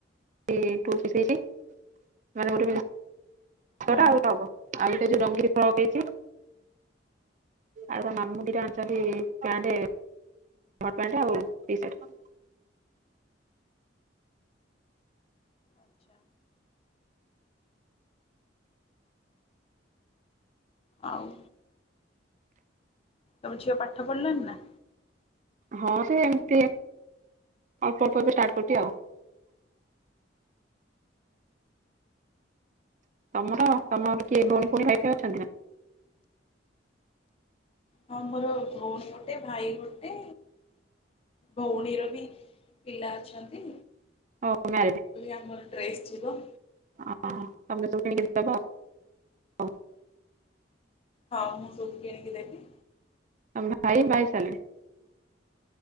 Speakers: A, on the right (about 40°); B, on the left (about 30°).
A: <unintelligible> ଟୁ ପିସି ହେଇଚି ମାନେ ଗୋଟେ ସେଟା
B: ହୁଁ।
A: ଆଉ ଟପ ଆଉ ଗୋଟେ ଯୋଉ ରଙ୍ଗିନ ଫ୍ରକ ହେଇଚି। ଆଉ ତା ମାମୁଁ ଦିଟା ଆଣିଚନ୍ତି ପ୍ୟାଣ୍ଟ ହଟ୍ ପ୍ୟାଣ୍ଟ ଆଉ ଟି ସାର୍ଟ।
B: ଆଚ୍ଛା। ଆଉ ତମ ଝିଅ ପାଠ ପଢିଲାଣି ନା?
A: ହଁ ସେ ଏମତି ଅଳ୍ପ ଅଳ୍ପ ଏବେ ଷ୍ଟାର୍ଟ କରୁଚି ଆଉ। ତମର ତମର କିଏ ଭଉଣୀ ଫଉଣୀ ଭାଇ ଫାଇ ଅଛନ୍ତି ନା?
B: ହଁ ମୋର ଭଉଣୀ ଗୋଟେ ଭାଇ ଗୋଟେ ଭଉଣୀର ବି ପିଲା ଅଛନ୍ତି।
A: ଓ ମ୍ୟାରେଜ।
B: ପୁଣି ଆମର ଡ୍ରେସ୍ ଯିବ।
A: ହଁ ହଁ ତମେ ସବୁ କିଣିକି ଦବ। ଆଉ
B: ହଁ ମୁଁ ସବୁ କିଣିକି ଦେବି।
A: ତମ ଭାଇ ବାହା ହେଇ ସାରିଲେଣି?